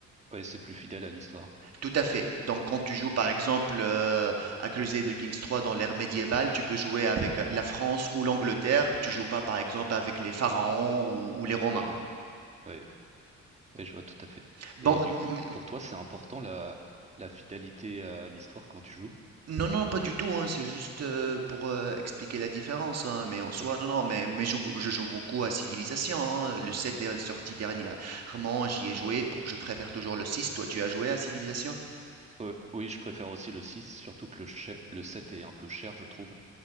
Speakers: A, on the right; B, on the right.
A: ouais, c'est plus fidèle à l'histoire.
B: Tout à fait. Donc, quand tu
A: Du
B: joues
A: coup,
B: par exemple euh, à Crusader Kings 3 dans l'ère médiévale, tu peux jouer avec la France ou l'Angleterre. Tu joues pas par exemple avec les pharaons ou, ou les Romains.
A: oui, oui, oui, oui, je vois tout à fait.
B: Bon,
A: Et du
B: mais-
A: coup,
B: mais-
A: pour toi, c'est important la, la fidélité à l'histoire quand tu joues?
B: non, non, pas du tout. hein, c'est juste euh, pour euh, expliquer la différence. hein, mais en soi,
A: Ok.
B: non, non. Mais, mais je, joue je joue beaucoup à Civilisation. hein, Le 7 est sorti dernièrement. J'y ai joué. Bon, je préfère toujours le 6. Toi, tu as joué à Civilisation?
A: Euh, oui, je préfère aussi le 6, surtout que le, che- le 7 est un peu cher, je trouve.